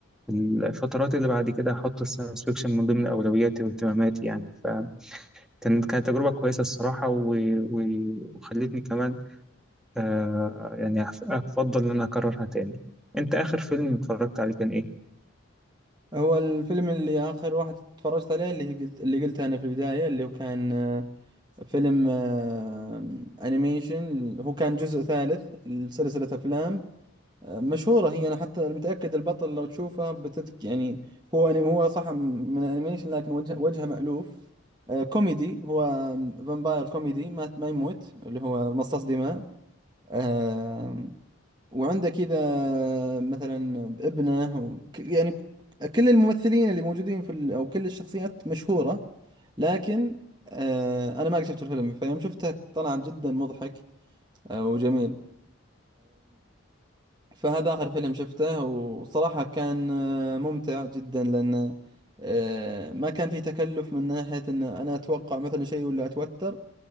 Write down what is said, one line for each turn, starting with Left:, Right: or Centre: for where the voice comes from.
Centre: الفترات اللي بعد كده هحط الساينس فيكشن من ضمن أولوياتي واهتماماتي يعني فكان كانت تجربة كويسة الصراحة و... و... وخلتني كمان آه يعني أف- أفضل إن أنا أكررها تاني أنت آخر فيلم اتفرجت عليه كان إيه؟
Right: هو الفيلم اللي آخر واحد تفرجت عليه اللي قلت اللي قلته أنا في البداية اللي هو كان آه، فيلم آه، أنيميشن هو كان جزء ثالث لسلسلة أفلام آه، مشهورة هي أنا حتى متأكد البطل لو تشوفه بتذك يعني هو أني... هو صح من الأنيميشن لكن وجه... وجهه مألوف آه، كوميدي هو فامباير كوميدي ما ما يموت اللي هو مصاص دماء آه وعندك إذا مثلا ابنه وك- يعني كل الممثلين اللي موجودين في ال... أو كل الشخصيات مشهورة لكن آه أنا ما قد شفت الفيلم فيوم شفته طلع جدا مضحك آه، وجميل فهذا آخر فيلم شفته وصراحة كان آه، ممتع جدا لأن آه، ما كان في تكلف من ناحية أن أنا أتوقع مثلا شيء ولا أتوتر